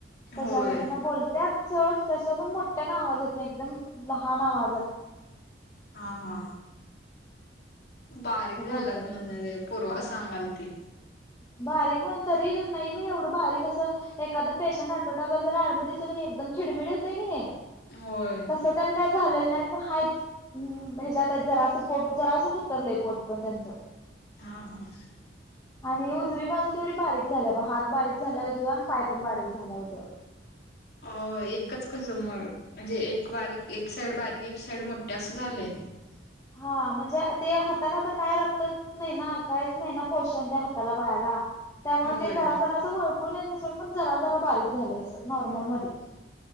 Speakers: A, on the left (about 20°); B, on the left (about 60°).
A: त्याच्यामुळं
B: होय
A: त्यांना बोलत्यात सोड तस पण मोठ्यान आवाज येत नाही, एकदम लहान आवाजात
B: हा हा बारीक
A: असं
B: झाल्यात
A: बोलत्यात
B: म्हणाले, पूर्वा सांगाय ती.
A: बारीक म्हण तरी नाही बाई एवढं बारीक असं एखांद पेशंट जर आठवडाभर ऍडमिट दिसलं की नाही एकदम खिडमिड होतयं की नाही
B: होय
A: तस त्यांच झालेलं नाई. पण हायेत, अ ह्याच्यात आहेत जरासं पोट जरासच उतरलंय पोट पण त्यांच.
B: हा ह.
A: आणि उजवी बाजू तेवढी बारीक झालिया ब, हात बारीक झाला उजवा आणि पाय पण बारीक झाला उजवा.
B: हो एकच कसं म म्हणजे एक बारीक एक साईड बारीक एक साईड मोेठ्ठी असं झालंय?
A: <inaudible> हा म्हणजे ते हाताला आता काय रक्तच नाही ना, कायच नाही ना पोषण त्या हाताला पायाला त्यामुळे
B: होय
A: ते जरा जरा असं वळकून येत नाई सोडं पण जरा जरा बारीक झालय अस नॉर्मलमध्ये. <inaudible>